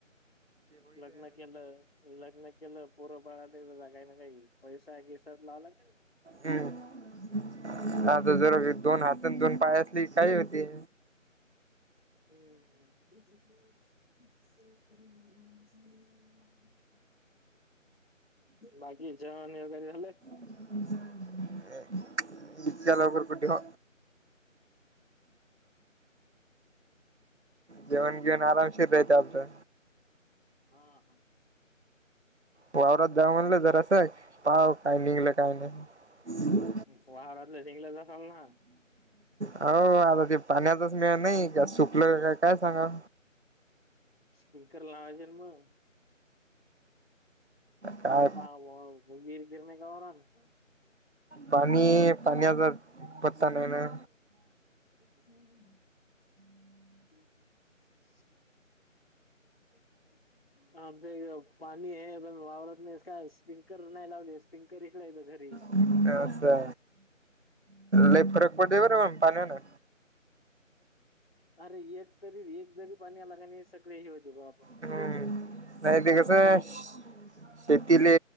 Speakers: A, on the left; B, on the right.
A: लग्न केल. लग्न केलं पोर बाळात काही ना काही पैसा केसात लावला क
B: हम्म आता जरा दोन हातात दोन पाया असले काही होती.
A: हम्म. <unintelligible> बाकीच्या जेवण वगैरे झालं?
B: <unintelligible> जलावकरर कुठ हो जेवण घेऊन आरामशीर रायच आपलं.
A: हा हा.
B: वावरात जाऊ म्हणलं जरा असं आहे पाव काय निघलं काय नाही <unintelligible>
A: वावरातलं निघलंच असाल ना
B: हो आता ते पाण्याचाच मिेळ नाही का सुकलं का काय सांगा.
A: स्पीकर लावायजेल मग.
B: काय
A: हो पाव वीर गिर नाही का हो ना.
B: पाणी पाणीचा पत्ता नाही ना
A: <unintelligible> <inaudible> <inaudible> आमच पाणी आहे पण वावरत नाही काय स्पिंकर नाही लावले स्पिंकर इकला येत घरी.
B: अच्छा ल फरक पड प र म पाणी हो ना.
A: अरे एक तरी एक जरी पाणी आला का सगळे हे होते बा फ
B: हम्म. नाही ते कसं
A: फक्त एक.
B: शेतीले